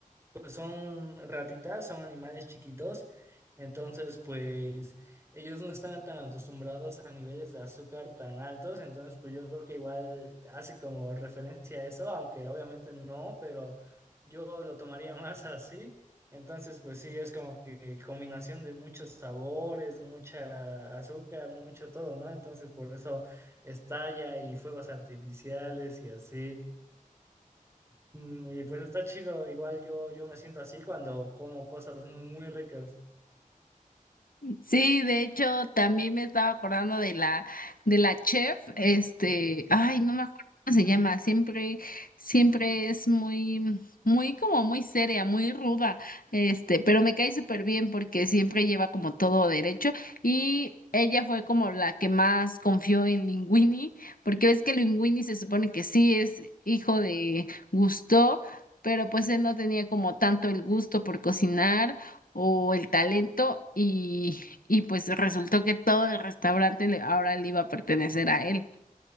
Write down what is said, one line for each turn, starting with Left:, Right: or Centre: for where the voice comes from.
Right: pues son ratitas, son animales chiquitos, entonces pues ellos no están tan acostumbrados a niveles de azúcar tan altos, entonces pues yo creo que igual hace como referencia a eso, aunque obviamente no, pero yo lo tomaría <laughs> más así. Entonces, pues sí, es como que combinación de muchos sabores, mucha azúcar, mucho todo, ¿no? Entonces, por eso estalla y fuegos artificiales y así. Mm, Y pues está chido, igual yo, yo me siento así cuando como cosas muy ricas.
Left: Sí, de hecho, también me estaba acordando de la, de la chef, este, ay, no me acuerdo cómo se llama, siempre, siempre es muy, muy como muy seria, muy ruda, este, pero me cae súper bien porque siempre lleva como todo derecho y ella fue como la que más confió en Linguini, porque ves que Linguini se supone que sí es hijo de Gusteau, pero pues él no tenía como tanto el gusto por cocinar o el talento y y pues resultó que todo el restaurante le- ahora le iba a pertenecer a él.